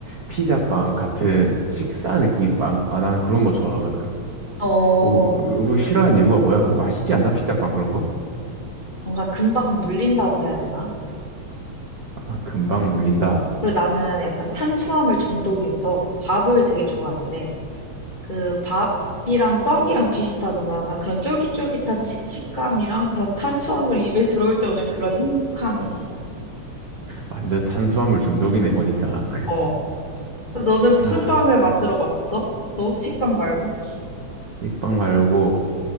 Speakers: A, on the right; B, on the left.
A: 피자빵 같은 식사 느낌 빵. 아, 나는 그런 거 좋아하거든.
B: 어,
A: 어, 그거 싫어하는 이유가 뭐야? 그 맛있지 않나? 피자빵 그런 거?
B: 뭔가 금방 물린다고 해야 되나?
A: 아, 금방 물린다.
B: 어, 그리고 나는 약간 탄수화물 중독이어서 밥을 되게 좋아하는데 그 밥이랑 떡이랑 비슷하잖아. 나 그런 쫄깃쫄깃한 치- 식감이랑 그런 탄수화물이 입에 들어올 때 오는 그런 행복함이 있어.
A: 완전 탄수화물 중독이네 보니까. <laughs>
B: 어. 너는 무슨
A: 아,
B: 빵을 만들어 봤어? 너 식빵 말고?
A: 식빵 말고